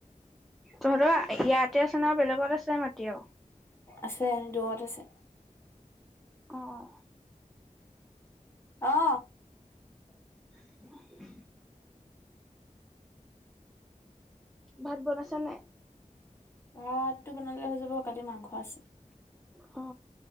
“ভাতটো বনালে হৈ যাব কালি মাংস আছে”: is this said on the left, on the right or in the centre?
Left